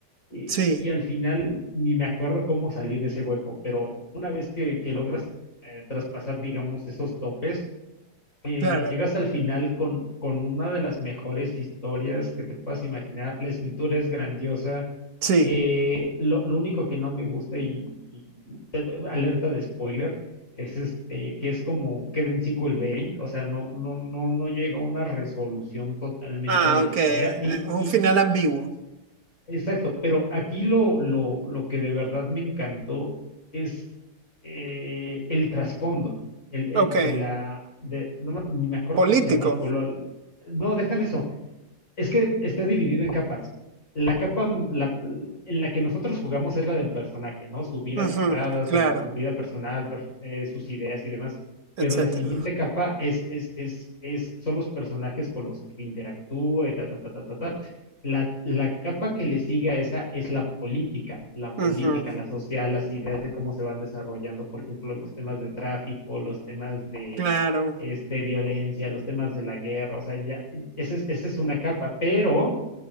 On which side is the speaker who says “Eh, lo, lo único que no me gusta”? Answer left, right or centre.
Left